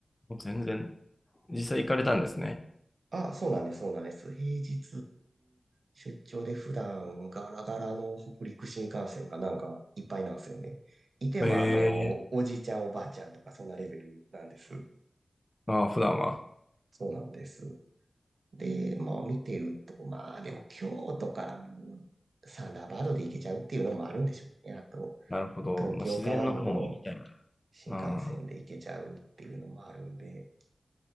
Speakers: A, on the left; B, on the right.
A: もう全然、実際行かれたんですね。
B: あ、そうなんです、そうなんです。平日出張で普段ガラガラの北陸新幹線がなんかいっぱいなんですよね。いてもあの、
A: ええ
B: おじいちゃんおばあちゃんとかそんなレベルなんです。
A: ーああ、普段は。
B: そうなんです。で、まあ見てると、まあでも京都からもサンダーバードで行けちゃうっていうのもあるんでしょうね。あと、
A: なるほど。
B: 東京からも
A: まあ、自然の方も行きたいな。
B: 新幹線で行けちゃうっていうのもあるんで、
A: ああ、